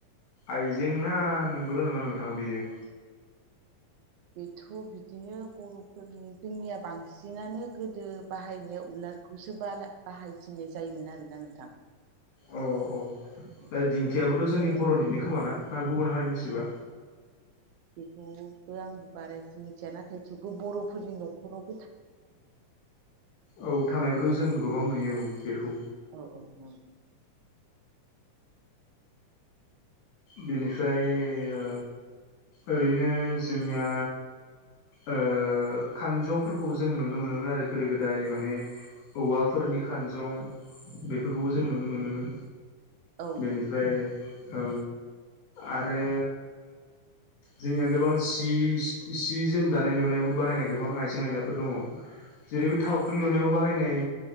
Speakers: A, on the left; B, on the right.
A: आइजें ना नोंगौना नङा नोंथां बेयो।
B: <inaudible> बेथ' बिदिनो बर'फोरनि जोंनिया बांसिनानो गोदो बाहायनाय उलारखौ सो बाला बाहायसिनाय जायोमोन आरोना नोंथां।
A: औ औ
B: औ
A: दा दिंखियाबोथ'
B: बिदिनो
A: जोंनि बर'निनो खोमा ना? ना गुबुन हारिनिसोबा?
B: <unintelligible> बो आं बारासिन मिथिया ना थेवबो बर'फोरनि न'खराव
A: औ थानायखौथ' जों गोबां नुयो औ बेखौ।
B: औ औ नोंथां।
A: बेनिफ्राय ओ ओरैनो जोंनिया ओ खानजंफोरखौ जों नुनो मोनोमोन आरो। गोदो गोदाय माने औवाफोरनि खानजं
B: औ
A: बेफोरखौबो जों नुनो मोनोमोन।
B: औ नंगौ
A: बेनिफ्राय औ आरो जोंनिया गोबां सि सि जोम दानाय लुनायावबो बाहायनाय गोबां आइजें आयलाफोर दङ। जेरै बे थावख्रि लुनायाव बाहायनाय।